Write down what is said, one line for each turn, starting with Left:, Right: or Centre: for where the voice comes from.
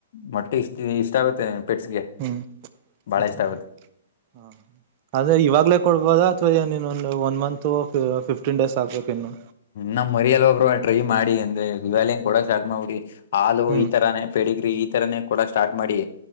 Left: ಮೊಟ್ಟೆ ಇಷ್ಟ ಇಷ್ಟ ಆಗುತ್ತೆ ಪೆಟ್ಸ್ಗೆ
Right: ಹ್ಮ್
Left: ಬಾಳ
Right: ಹ್ಮ
Left: ಇಷ್ಟ ಆಗುತ್ತೆ
Right: ಹ ಆದ್ರೆ ಇವಾಗ್ಲೆೇ ಕೊಡ್ಬೋದಅಥವಾ ಇನ್ನೊಂದು ಒನ್ ಮಂತು ಫ್ಟೀನ್ ಡೇಸ್ ಆಗ್ಬೇಕು ಇನ್ನು
Left: ನಮ್ ಮರಿ ಅಲ್ವಬ್ರು ಟ್ರೈ ಮಾಡಿ ಅಂದ್ರೆ ಇವಾಗಿಂದ ಕೂಡೋಕೆ ಸ್ಟಾರ್ಟ್ ಮಾಡ್ಬಿಡಿ ಹಾಲು
Right: ಹ್ಮ್
Left: ಈ ತರಾನೇ ಪೇಡಿಗರಿ ಈ ತರನೇ ಕೊಡಕ್ಕೆ ಸ್ಟಾರ್ಟ್ ಮಾಡಿ